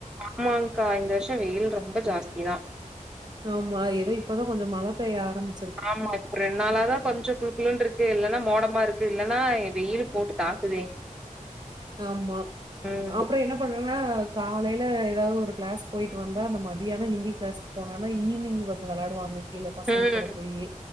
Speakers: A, in the centre; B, on the right (about 30°).
A: ஆமாங்கா இந்த வர்ஷோ வெயில் ரொம்ப ஜாஸ்திதா
B: ஆமா எதோ இப்பதா கொஞ்சோ மழ பெய்ய ஆரம்
A: ஆமா ரெண் நாளாதா கொஞ்ஜொ குழு குழுன்ருக்கு இல்லன்னா மோடமா இருக்கு இல்லன்னா வெயில் போட்டு தாக்குதே
B: ஆமா
A: ம்
B: அப்புற என்னப் பண்றாங்கனா காலைல எதாவது ஒரு கிளாஸ் போயிட்டு வந்தா அந்த மத்தியான ஹிந்தி கிளாஸ் போனானா ஈவ்னிங் வந்து விளாடுவாங்க கீழ பசங்
A: ம்
B: கூட போயி